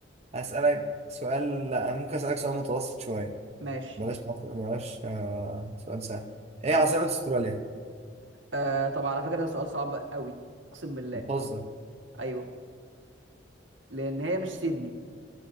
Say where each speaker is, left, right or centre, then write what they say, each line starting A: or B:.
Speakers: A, on the right; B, on the right.
A: هسالك سؤال لا ممكن اسالك سؤال متوسط شويه
B: ماشي
A: بلاش مصر- بلاش آه... سؤال سهل
B: ماشي
A: ايه عاصمه استراليا
B: آه طب على فكرة ده سؤال صعب قوي اقسم بالله
A: بتهزر
B: ايوه لان هي مش سيدني